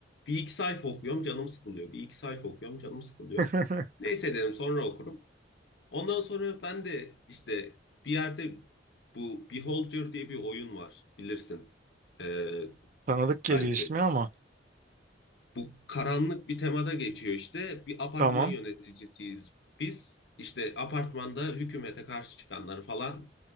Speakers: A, on the left; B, on the right.
A: bir iki sayfa okuyorum canım sıkılıyor. Bir iki sayfa okuyorum canım sıkılıyor.
B: <laughs>
A: Neyse dedim sonra okurum. Ondan sonra ben de işte bir yerde bu Beholder diye bir oyun var bilirsin. Ee,
B: Tanıdık geliyor
A: belki.
B: ismi ama.
A: Bu karanlık bir temada geçiyor işte. Bir apartman
B: Tamam.
A: yöneticisiyiz biz. İşte apartmanda hükümete karşı çıkanları falan